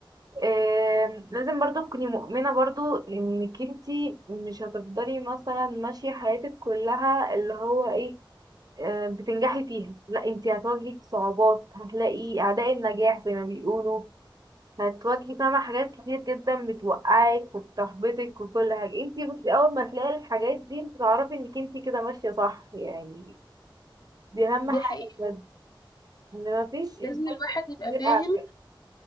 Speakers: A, on the right; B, on the left.
A: آه لازم برضو تكوني مؤمنة برضو انك انتي مش هتفضلي مثلا ماشية حياتك كلها اللي هو ايه آه، بتنجحي فيها لا انتي هتواجهي صعوبات هتلاقي اعداء النجاح زي ما بيقولوا هتواجهي فاهمة حاجات كتير جدا بتوقعك وبتحبطك وكل حاجة انتي بس اول ما تلاقي الحاجات دي انتي تعرفي انك انتي كده ماشية صح يعني دي اهم
B: دي
A: حاجة
B: حقيقة
A: بجد ان مفيش انسان
B: لازم الواحد يبقى
A: غير
B: فاهم
A: اعداء